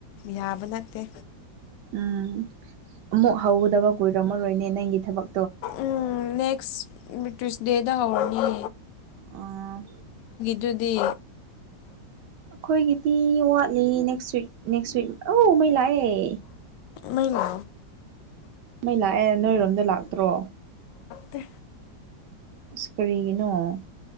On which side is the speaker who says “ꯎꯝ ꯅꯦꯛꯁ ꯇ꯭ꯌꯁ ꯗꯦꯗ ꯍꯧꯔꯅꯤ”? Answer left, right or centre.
Left